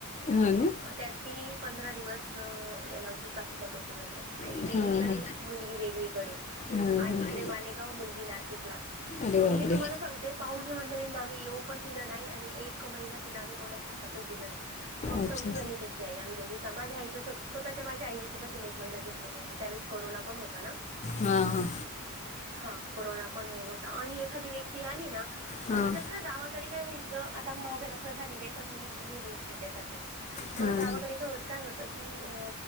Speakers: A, on the left (about 30°); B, on the right (about 80°).
A: ह ना.
B: त्या ती पंधरा दिवस हेला होती. काचच्या पेटीमध्ये आई
A: हां
B: वेगळीकडे,
A: हां
B: मुलगी वेगळीकडे
A: हां
B: आईकडे,
A: हां
B: मालेगाव मुलगी नाशिकला
A: अरे बापरे
B: मी तुम्हाला सांग ते पाहुणे मंडळींना आम्ही येऊ पण दिलं नाही. आणि एक महिना तिला आम्ही कोणाच्या हातातच दिलं नाही. फक्त
A: अच्छा
B: मी आणि तिची आई आम्ही दोघी समाजच्या स्वतःच्या माझ्या आईने सुद्धा तिने एक महिना घेतला नव्हता. त्यावेळेस कोरोना पण होता ना.
A: हा हा.
B: हा कोरोना पण हे होता. आणि एखादी व्यक्ती आली ना.
A: हां
B: आणि कसं गावाकडे काय व्हायचं. आता माझं लग्न झालेलं आहे पण मी गेली होती तिच्यासाठी. मग
A: हां
B: गावाकडे काय काय होतं की अ.